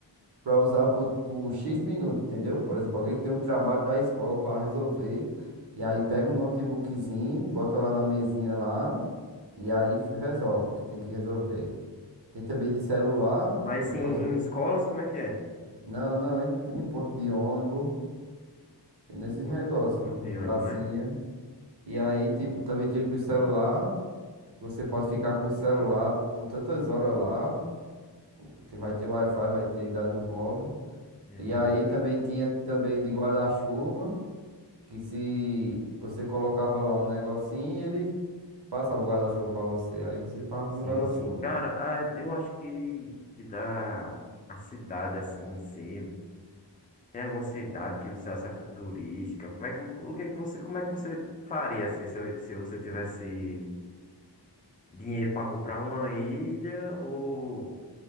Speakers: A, on the right; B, on the left.
A: para usar por, por X minutos, entendeu? Por exemplo, alguém tem um trabalho da escola para resolver e aí pega um notebookzinho, bota lá na mesinha lá e aí f- resolve o que tem que resolver. Tem também de celular,
B: Mas
A: que
B: sim,
A: é para
B: em escolas, como é que é?
A: Não, não, em, em ponto de ônibus, nesses
B: Onde
A: negócios,
B: onde
A: em pracinha.
B: eu lembro, né?
A: E aí, tipo, também tem do celular. Você pode ficar com o celular por tantas horas lá. Tem- Vai ter Wi-Fi, vai ter dado um móvel.
B: Entendendo.
A: E aí
B: E-
A: também tinha também de guarda-chuva, que se você colocava lá um negocinho, ele passava o guarda-chuva pra você. Aí você tava
B: Sim,
A: com o guarda-chuva.
B: sim. Cara, ah, eu acho que, que dá a cidade assim em si. Tem alguma cidade que você acha futurística? Como é que, o que é que você, como é que você faria assim, se, eu- se você tivesse dinheiro para comprar uma ilha ou